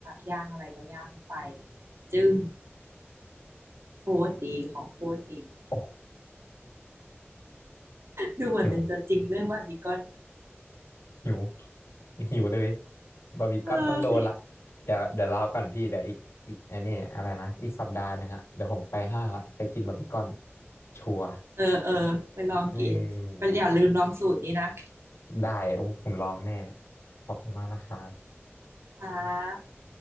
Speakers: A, on the right; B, on the left.
A: อย่างอะไรก็ย่างไปจึ้งโคตรดีของโคตรดี
B: โอ้
A: ดูเหมือนเป็นตัวจริงเรื่องบาร์บีคอน
B: หิวหิว หิวเลยบาร์บีคอนต้องโดนละ
A: เออสิ
B: เดี๋ยวเดี๋ยวรอก่อนพี่เดี๋ยวอีกอีกไอันนี้อะไรนะอีกสัปดาห์หนึ่งอะเดี๋ยวผมไปห้างละไปกินบาร์บีคอนชัวร์
A: เออเออไปลองกินไปอย่าลืมลองสูตรนี้นะ
B: เอออาชีพได้โอ้ผมลองแน่ขอบคุณมากนะครับ
A: ค่ะ